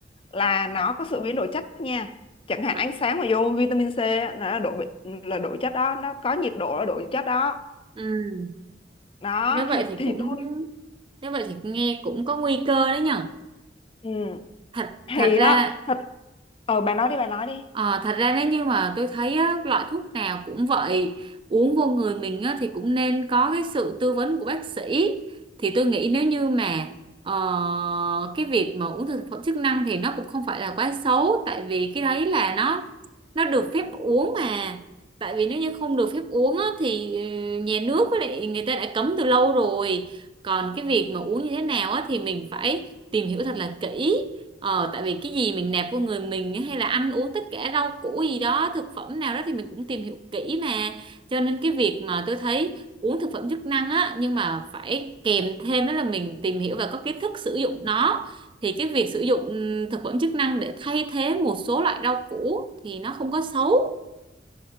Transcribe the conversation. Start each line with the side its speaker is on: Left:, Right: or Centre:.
Left: là nó có sự biến đổi chất nha chẳng hạn
Right: Bạn-
Left: ánh sáng mà vô vitamin C á, là độ là đổi chất đó nó có nhiệt độ là đổi chất đó
Right: ừ
Left: đó
Right: nếu vậy
Left: thì
Right: thì
Left: thì
Right: cũng
Left: tôi
Right: nếu vậy thì nghe cũng có nguy cơ đấy nhở
Left: ừ.
Right: thật
Left: thì
Right: thật ra
Left: á thật Ờ bà nói đi bà nói đi.
Right: Ờ, thật ra nếu như mà tôi thấy á, loại thuốc nào cũng vậy uống vô người mình á, thì cũng nên có cái sự tư vấn của bác sĩ thì tôi nghĩ nếu như mà ờ, cái việc mà uống thực phẩm chức năng thì nó cũng không phải là quá xấu tại vì cái đấy là nó nó được phép uống mà tại vì nếu như không được phép uống á, thì ừ, nhà nước với lại người ta đã cấm từ lâu rồi còn cái việc mà uống như thế nào á, thì mình phải tìm hiểu thật là kỹ Ờ, tại vì cái gì mình nạp vô người mình ấy, hay là ăn uống tất cả rau củ gì đó thực phẩm nào đó thì mình cũng tìm hiểu kỹ mà cho nên cái việc mà tôi thấy uống thực phẩm chức năng á nhưng mà phải kèm thêm đó là mình tìm hiểu và có kiến thức sử dụng nó thì cái việc sử dụng ừm, thực phẩm chức năng để thay thế một số loại rau củ thì nó không có xấu